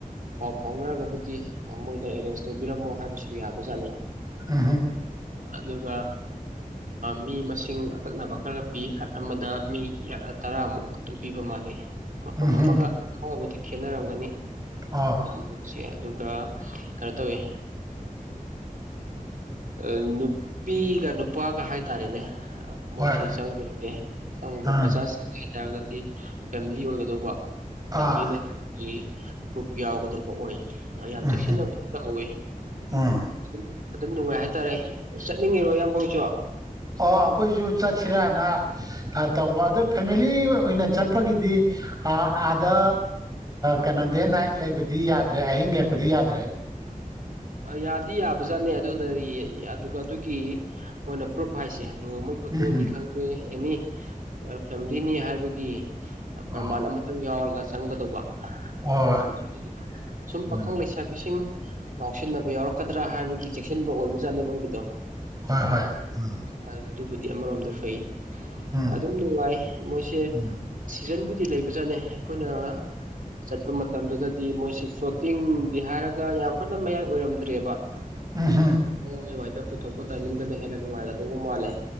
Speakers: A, on the right; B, on the right.
A: ꯄꯥꯎ ꯐꯥꯎꯅꯔꯒꯕꯨꯗꯤ ꯃꯣꯏꯗ ꯑꯦꯔꯦꯟꯖ ꯇꯧꯕꯤꯔꯝꯃꯣ ꯍꯥꯏꯕꯁꯨ ꯌꯥꯕꯖꯥꯠꯅꯤ
B: ꯑ
A: ꯑꯗꯨꯒ ꯃꯤ ꯃꯁꯤꯡ ꯑꯀꯛꯅꯕ ꯈꯔ ꯄꯤ ꯗ ꯃꯤ ꯇꯔꯥꯃꯨꯛ ꯑꯗꯨꯝ ꯄꯤꯕ ꯃꯥꯜꯂꯤ ꯃꯐꯝ
B: ꯎꯝ ꯍꯨꯝ
A: ꯑꯃꯒ ꯑꯃꯒꯥꯎꯕꯗꯤ ꯈꯦꯠꯅꯔꯝꯒꯅꯤ
B: ꯑꯣ
A: ꯃꯣꯏꯁꯦ ꯑꯗꯨꯒ ꯀꯩꯅꯣ ꯇꯧꯋꯤ ꯑ ꯅꯨꯄꯤꯒ ꯅꯨꯄꯥꯒ ꯍꯥꯏꯇꯥꯔꯦꯅꯦ ꯃꯣꯏꯁꯤ
B: ꯍꯣꯏ
A: ꯆꯪꯕꯤꯨꯔꯒꯦ ꯆꯪꯕ
B: ꯑꯥ
A: ꯕꯖꯥꯔ ꯆꯪꯒꯦ ꯍꯥꯏꯇꯥꯔꯒꯗꯤ ꯐꯦꯃꯤꯂꯤ ꯑꯣꯏꯒꯗꯧꯕ ꯐꯦꯃꯤꯂꯤꯅꯦ
B: ꯑꯥ
A: ꯍꯥꯏꯕꯒꯤ ꯒ꯭ꯔꯨꯞ ꯌꯥꯎꯒꯗꯧꯕ ꯑꯣꯏ ꯌꯥꯝ
B: ꯎꯝ
A: ꯆꯦꯛꯁꯤꯟꯅꯕꯗꯤ
B: ꯍꯨꯝ
A: ꯀꯥꯎꯋꯤ
B: ꯎꯝ
A: ꯑꯗꯨꯝ ꯑꯗꯨꯝ ꯅꯨꯡꯉꯥꯏ ꯍꯥꯏ ꯍꯥꯏꯇꯥꯔꯦ ꯆꯠꯅꯤꯡꯉꯤꯔꯣ ꯏꯌꯥꯝꯕ ꯍꯧꯁꯨ
B: ꯑꯣ ꯑꯩꯈꯣꯏꯁꯨ ꯆꯠꯁꯤꯔꯥꯅ ꯇꯧꯕ ꯑꯗꯨ ꯐꯦꯃꯤꯂꯤ ꯑꯣꯏꯅ ꯆꯠꯄꯒꯤꯗꯤ ꯑꯥꯗ ꯀꯩꯅꯣ ꯗꯦ ꯅꯥꯏꯠ ꯂꯩꯕꯗꯤ ꯌꯥꯗ꯭ꯔꯦ ꯑꯍꯤꯡ ꯌꯦꯛꯄꯗꯤ ꯌꯥꯗ꯭ꯔꯦ <inaudible>
A: ꯌꯥꯗꯤ ꯌꯥꯕꯖꯥꯠꯅꯦ ꯑꯗꯨꯅ ꯑꯗꯨꯒ ꯑꯗꯨꯒꯤ ꯑꯣꯏꯅ ꯄ꯭ꯔꯨꯞ ꯍꯥꯏꯁꯦ ꯂꯨꯍꯣꯡꯕꯩ ꯐꯣꯇꯣꯅꯤ
B: ꯎꯝ ꯍꯝ
A: ꯈꯪꯗꯦ ꯑꯦꯅꯤ ꯐꯦꯃꯤꯂꯤꯅꯤ ꯍꯥꯏꯕꯒꯤ ꯄ꯭ꯔꯃꯥꯟ
B: ꯑꯣ
A: ꯑꯃꯇꯪ ꯌꯥꯎꯔꯒ ꯆꯪꯒꯗꯧꯕ
B: ꯍꯣꯏ
A: ꯅꯠꯇ꯭ꯔꯒꯗꯤ ꯁꯨꯝ ꯄꯥꯈꯪ
B: ꯎꯝ
A: ꯂꯩꯁꯥꯕꯤꯁꯤꯡ ꯉꯥꯎꯁꯤꯟꯅꯕ ꯌꯥꯎꯔꯛꯀꯗ꯭ꯔꯥ ꯍꯥꯏꯕꯒꯤ ꯆꯦꯛꯁꯤꯟꯕ ꯑꯣꯏꯕꯖꯥꯠꯅꯤ ꯃꯣꯏꯒꯤꯗꯣ
B: ꯍꯣꯏ ꯍꯣꯏ ꯎꯝ
A: ꯑꯗꯨꯕꯨꯗꯤ ꯑꯃꯔꯣꯝꯗ ꯐꯩ
B: ꯎꯝ
A: ꯑꯗꯨꯝ ꯅꯨꯡꯉꯥꯏ ꯃꯣꯏꯁꯦ
B: ꯎꯝ
A: ꯁꯤꯖꯟꯕꯨ ꯗꯤ ꯂꯩꯕ ꯆꯠꯅꯦ ꯑꯩꯈꯣꯏꯅ ꯆꯠꯄ ꯃꯇꯝꯗꯨꯗ ꯗꯤ ꯃꯣꯏꯁꯤ ꯐ꯭ꯂꯣꯇꯤꯡꯒꯤ ꯍꯥꯏꯔꯒ ꯌꯥꯝ ꯀꯟꯅ ꯃꯌꯥꯏ ꯑꯣꯏꯔꯝꯗ꯭ꯔꯦꯕ
B: ꯎꯝ ꯍꯝ
A: ꯑꯗꯨ ꯃꯌꯥꯏꯋꯥꯏꯗ ꯄꯨꯊꯣꯛꯄ ꯇꯥꯏꯅꯤꯡꯗꯅ ꯍꯦꯟꯅ ꯅꯨꯡꯉꯥꯏꯒꯗꯧꯕ ꯃꯥꯜꯂꯦ